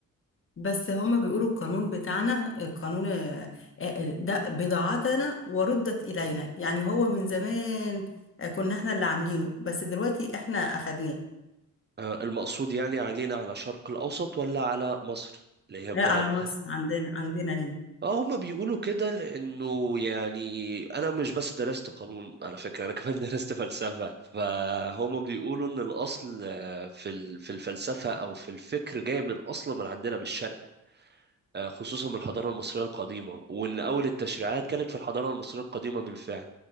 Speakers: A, on the left (about 40°); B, on the right (about 30°).
A: بس هما بيقولوا القانون بتاعنا القانون آه، آه، ده بضاعتنا وردت إلينا يعني هو من زمان آه، كنا احنا اللي عاملينه بس دلوقتي احنا أخدناه
B: آه، المقصود يعني علينا على الشرق الأوسط ولا على مصر اللي هي
A: لا
B: بلد
A: على مصر عندنا عندنا هنا
B: اه هما بيقولوا كده لانه يعني انا مش بس درست قانون على فكره انا كمان <laughs> درست فلسفه فهما بيقولوا ان الاصل آه، في ال- في الفلسفه او في الفكر جاي من اصلا من عندنا من الشرق آه، خصوصا من الحضاره المصريه القديمه وان اول التشريعات كانت في الحضاره المصريه القديمه بالفعل